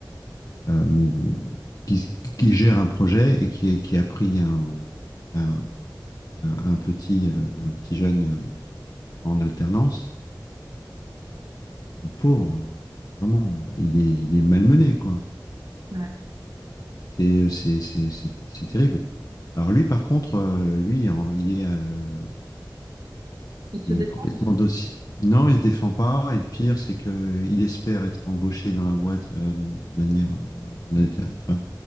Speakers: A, on the left; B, on the right.
A: euh, qui, qui gère un projet et qui, est- qui a pris un, un, un- un petit, euh, un petit jeune euh, en alternance. Le pauvre, vraiment, il est, il est malmené, quoi.
B: Ouais.
A: C'est, c'est, c'est, c'est, c'est terrible. Alors lui, par contre, euh, lui, en- il est, euh,
B: Il se
A: Il
B: dé-
A: est complètement dossier Non, il se défend pas. Et le pire, c'est que il espère être embauché dans la boîte euh, de manière en- en inter- enfin,